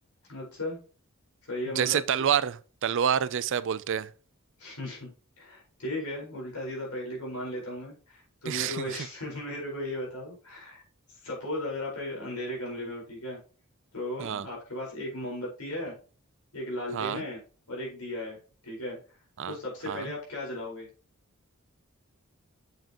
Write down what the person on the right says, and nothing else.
जैसे
तलवार तलवार जैसा बोलते हैं
<laughs>
हाँ
हाँ
हाँ
हाँ